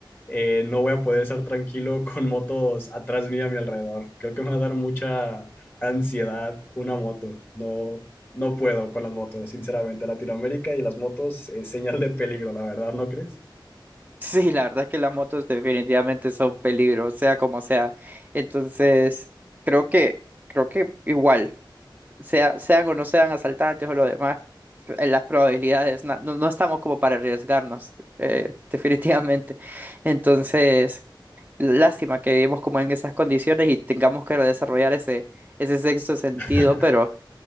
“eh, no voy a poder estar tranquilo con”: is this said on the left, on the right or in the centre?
Left